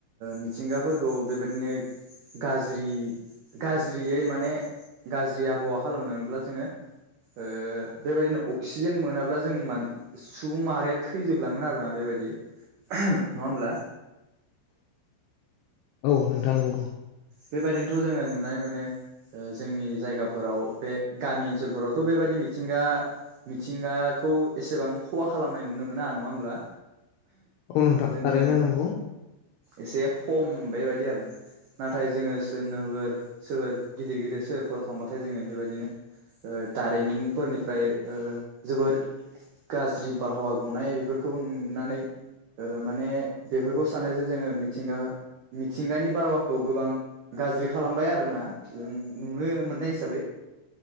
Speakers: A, on the right; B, on the left.
A: मिथिंगाफोरखौ बेबायदिनो गाज्रि गाज्रियै माने गाज्रि आबहावा खालामलांङोब्ला जोंङो। ओ बेबायदिनो अक्सिजेन मोनाब्ला जों सुबुं माहारिया थैजोबलाांगोन आरो ना बेबायदि नंङा होनब्ला
B: औ नोंथां नंगौ।
A: बेबायदिनोथ' जोंङो नुनानै मोनो जोंनि जायगाफोराव बे गामि। ओनसोलफोरावथ' बेबायदि मिथिंगा मिथिंगाखौ एसेबां खहा खालामनाय नुनो मोना नंङा होमब्ला।
B: औ नोंथां
A: जोंङो
B: थारैनो नंगौ
A: एसे खम बेबायदि आरो ना। नाथाय जोंङो नोगोर सोहोर गिदिर गिदिर सोहोरफोराव थांबाथाय जोंङो बेबायदिनो। दारिमिनफोरनिफ्राय जोबोर गाज्रि बारहावा गनाय बेफोरखौ नुनानै। माने बेफोरखौ सानो जे जोंङो मिथिंगा मिथिंगानि बारावाखौ गोबां गाज्रि खालामबाय आरोना जों नुनो मोननाय हिसाबै